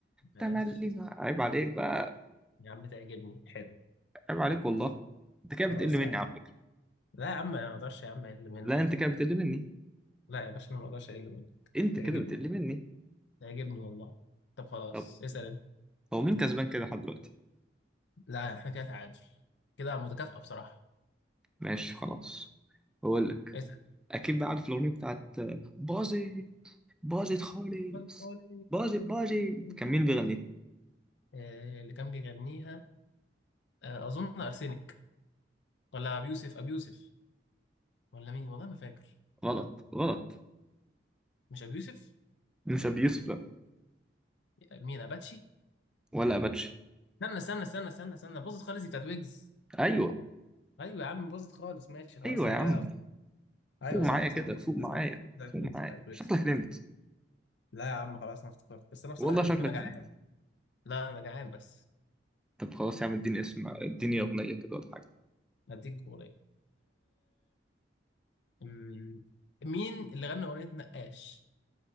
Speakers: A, on the left (about 75°); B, in the centre.
A: ماشي
B: تملي عيب عليك بقى
A: يا عم تعجبني حلو
B: عيب عليك والله انت كده بتقل
A: خلاص
B: مني
A: يا عم
B: على فكرة
A: لا يا عم ما اقدرش يا عم اقل منك
B: لا انت كده بتقل مني
A: لا يا باشا انا ما اقدرش اقل منك
B: انت
A: تعجبني
B: كده بتقل مني
A: تعجبني والله طب خلاص
B: طب
A: اسال انت
B: هو مين كسبان كده لحد دلوقتي
A: لا احنا كده تعادل كده متكافئة بصراحة
B: ماشي خلاص بقول لك
A: اسأل
B: اكيد بقى عارف الاغنية بتاعت باظت باظت خالص
A: خد خالص
B: باظت باظت
A: خد
B: كان
A: خالص.
B: مين بيغني
A: آه، اللي كان بيغنيها آه، أظن أرسنك ولا أبي يوسف أبي يوسف ولا مين والله ما فاكر
B: غلط غلط
A: مش أبي يوسف
B: مش ابي يوسف لا
A: مين أباتشي
B: ولا اباتشي
A: استنى استنى استنى استنى استنى باظت خالص دي بتاعت ويجز
B: ايوه
A: أيوة يا عم باظت خالص ماشي خلاص
B: ايوه
A: أنا
B: يا عم
A: كده أيوة
B: فوق معايا
A: صح
B: كده
A: صح
B: فوق معايا
A: بتاعت
B: فوق
A: ويجز
B: معايا
A: بتاعت ويجز
B: شكلك نمت
A: لا يا عم خلاص أنا افتكرت بس أنا بصراحة
B: والله
A: ربنا
B: شكلك
A: جعان
B: نمت
A: لا أنا جعان بس
B: طب خلاص يا عم اديني اسم اديني اغنيه كده ولا حاجه
A: هديك جمهورية أمم، مين اللي غنى اغنيه نقاش